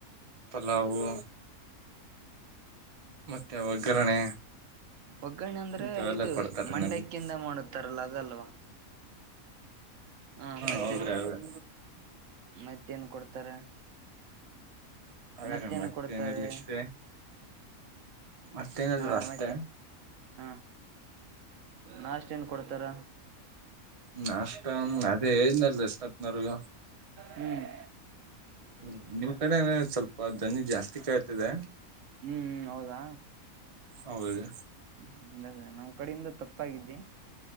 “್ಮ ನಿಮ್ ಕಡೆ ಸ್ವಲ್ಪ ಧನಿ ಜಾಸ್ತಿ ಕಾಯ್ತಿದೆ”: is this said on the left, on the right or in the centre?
Right